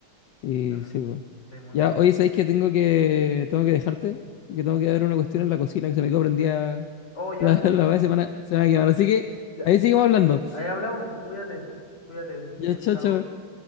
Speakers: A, on the left; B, on the left.
A: Y
B: también
A: sí, pues.
B: estoy muy,
A: Ya,
B: muy de
A: oye,
B: acuerdo.
A: ¿sabéis que tengo que tengo que dejarte? Que tengo que dar una cuestión en la cocina que se me quedó prendida
B: Oh, ya,
A: la, <laughs> la,
B: sí,
A: la semana, se me va a quemar. Así que
B: ya.
A: ahí seguimos hablando.
B: Ahí hablamos, pues cuídate, cuídate, que estés
A: Ya,
B: bien,
A: chao,
B: chao.
A: chao.